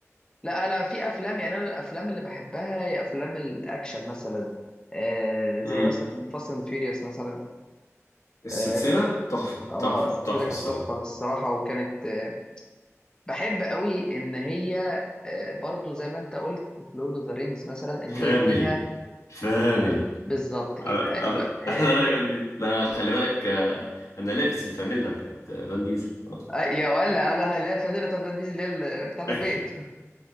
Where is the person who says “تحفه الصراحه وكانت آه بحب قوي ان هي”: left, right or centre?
Left